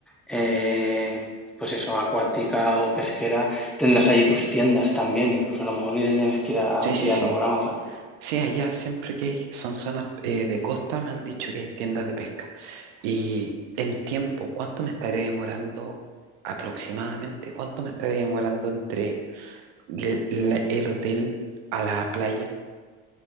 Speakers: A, in the centre; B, on the right.
A: eh, pues eso, acuática o pesquera, tendrás allí tus tiendas también, incluso a lo mejor ni te tienes que ir a
B: Sí, sí,
A: pillarlo
B: sí.
A: por Amazon.
B: Sí, allá siempre que hay, son zonas eh, de costa, me han dicho que hay tiendas de pesca. Y en tiempo, ¿cuánto me estaré demorando aproximadamente? ¿Cuánto me estaré demorando entre le- la- el hotel a la playa?